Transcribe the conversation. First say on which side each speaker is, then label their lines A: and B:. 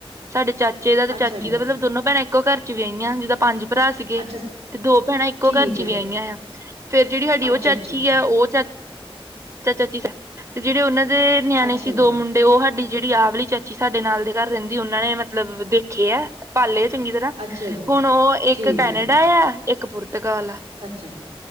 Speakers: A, on the right; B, on the right.
A: ਸਾਡੇ ਚਾਚੇ ਦਾ ਤੇ
B: ਅੱਛਾ
A: ਚਾਚੀ
B: ਜੀ
A: ਦਾ ਮਤਲਬ ਦੋਨੋ ਭੈਣਾਂ ਇੱਕੋ ਘਰ ਚ ਵਿਆਈਆਂ ਜਿੱਦਾਂ ਪੰਜ ਭਰਾ ਸੀਗੇ
B: ਅੱਛਾ
A: ਤੇ ਦੋ ਭੈਣਾਂ ਇੱਕੋ
B: ਠੀਕ
A: ਘਰ ਚ
B: ਹੈ
A: ਵਿਆਹੀ ਆਈਆਂ ਆ ਫਿਰ ਜਿਹੜੀ ਸਾਡੀ
B: ਅੱਛਾ
A: ਉਹ ਚਾਚੀ
B: ਅੱਛਾ ਅੱਛਾ
A: ਆ ਉਹ ਚਾ ਚਾਚਾ ਚਾਚੀ ਤੇ ਜਿਹੜੇ ਉਹਨਾਂ ਦੇ ਨਿਆਣੇ
B: ਅੱਛਾ
A: ਸੀ ਦੋ
B: ਜੀ
A: ਮੁੰਡੇ ਉਹ ਸਾਡੀ ਜਿਹੜੀ ਆਵਲੀ ਚਾਚੀ ਸਾਡੇ ਨਾਲ ਦੇ ਘਰ ਰਹਿੰਦੀ ਉਹਨਾਂ ਨੇ ਮਤਲਬ ਦੇਖੇ ਹੈ ਪਾਲੇ ਚੰਗੀ ਤਰ੍ਹਾਂ
B: ਅੱਛਾ ਜੀ
A: ਹੁਣ ਉਹ
B: ਠੀਕ
A: ਇੱਕ ਕੈਨੇਡਾ
B: ਹੈ ਜੀ।
A: ਆ ਇੱਕ ਪੁਰਤਗਾਲ ਹੈ,
B: ਅੱਛਾ,